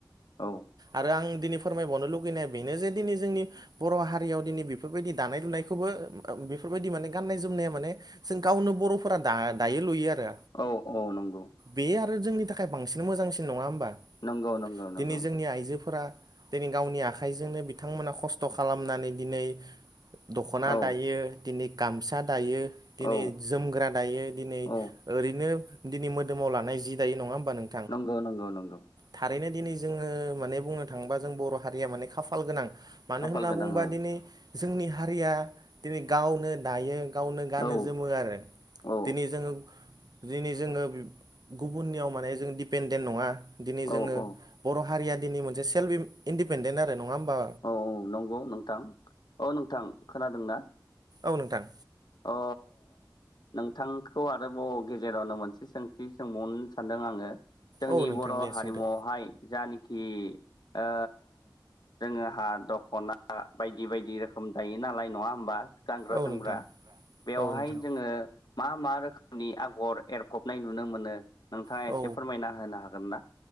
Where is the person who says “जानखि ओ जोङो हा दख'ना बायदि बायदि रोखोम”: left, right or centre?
Left